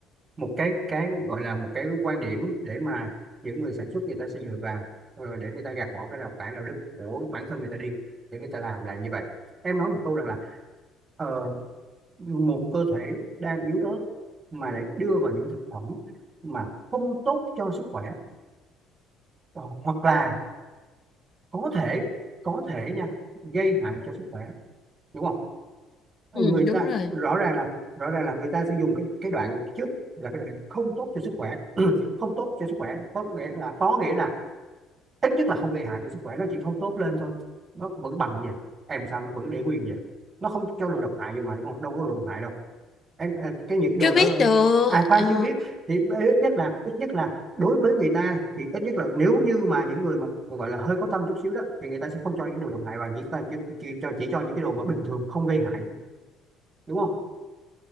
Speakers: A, on the right; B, on the left.
A: một cái cái gọi là một cái quan điểm để mà những người sản xuất người ta sẽ dựa vào ờ, để người ta gạt bỏ cái rào cản đạo đức của bản thân người ta đi để người ta làm lại như vậy em nói một câu rằng là ờ, một cơ thể đang yếu ớt mà lại đưa vào những thực phẩm mà không tốt cho sức khỏe Ờ, hoặc là có thể có thể nha gây hại cho sức khỏe đúng không người
B: ừ
A: ta
B: đúng rồi
A: rõ ràng là rõ ràng là người ta sẽ dùng cái cái đoạn trước là cái đoạn không tốt cho sức khỏe <clears throat> <laughs> không tốt cho sức khỏe có nghĩa là có nghĩa là ít nhất là không gây hại cho sức khỏe nó chỉ không tốt lên thôi nó vẫn bằng vậy em sao nó vẫn để nguyên vậy nó không cho đồ độc hại vô mà đúng không đâu có đồ độc hại đâu em em- cái những cái đồ
B: chưa
A: đó
B: biết được
A: ai khoan
B: ờ,
A: chưa biết thì ít nhất là ít nhất là đối với người ta thì ít nhất là nếu như mà những người mà gọi là hơi có tâm chút xíu đó thì người ta sẽ không cho những đồ độc hại và người ta chỉ, chỉ, cho chỉ cho những cái đồ mà bình thường không gây hại thôi đúng không